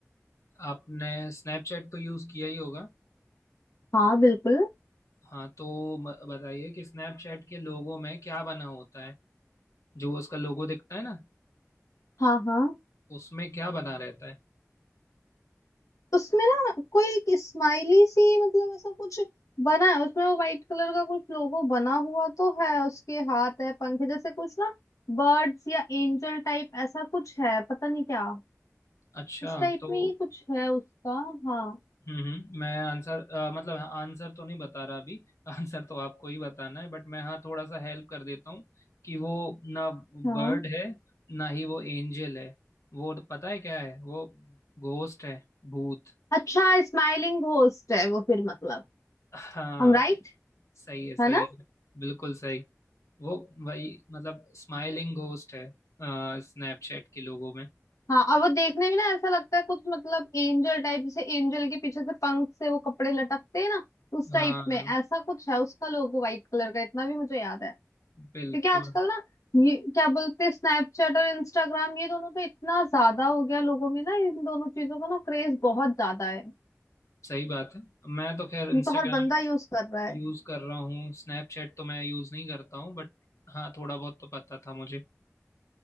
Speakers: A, on the left (about 65°); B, on the left (about 80°).
A: आपने स्नैपचैट तो यूज़ किया ही होगा
B: हाँ बिल्कुल
A: हाँ तो म- बताइए कि स्नैपचैट के लोगो में क्या बना होता है जो उसका लोगो दिखता है ना
B: हाँ हाँ
A: उसमें क्या बना रहता है
B: उसमें ना कोई एक स्माइली सी मतलब ऐसा कुछ बना है उसमें वो व्हाइट कलर का कुछ लोगो बना हुआ तो है उसके हाथ है पंख है जैसे कुछ ना बर्ड्स या एंजल टाइप ऐसा कुछ है पता नहीं क्या
A: अच्छा
B: इस टाइप
A: तो
B: में ही कुछ है उसका हाँ
A: हम्म हम्म मैं आंसर अ, मतलब आंसर तो नहीं बता रहा अभी <laughs> आंसर तो आपको ही बताना है बट मैं हाँ थोड़ा सा हेल्प कर देता हूँ कि वो ना
B: हाँ
A: बर्ड है ना ही वो एंजल है वो पता है क्या है वो घोस्ट है भूत
B: अच्छा स्माइलिंग घोस्ट है वो फिर मतलब
A: हाँ
B: हम राइट
A: सही है सही
B: है ना
A: है बिल्कुल सही वो वही मतलब स्माइलिंग घोस्ट है स्नैपचैट के लोगों में
B: हाँ और वो देखने में ना ऐसा लगता है कुछ मतलब एंजल टाइप जैसे एंजल के पीछे से पंख से वो कपड़े लटकते हैं ना उस
A: हाँ
B: टाइप में ऐसा कुछ है उसका लोगो व्हाइट कलर का इतना भी मुझे याद है क्योंकि
A: बिल्कुल
B: आजकल ना ये क्या बोलते हैं स्नैपचैट और इंस्टाग्राम ये दोनों तो इतना ज्यादा हो गया लोगों में ना इन दोनों चीजों का ना क्रेज बहुत ज्यादा है
A: सही बात है मैं तो खैर इंस्टाग्राम
B: ये तो हर बंदा यूज कर रहा है
A: यूज कर रहा हूँ स्नैपचैट तो मैं यूज नहीं करता हूँ बट हाँ थोड़ा बहुत तो पता था मुझे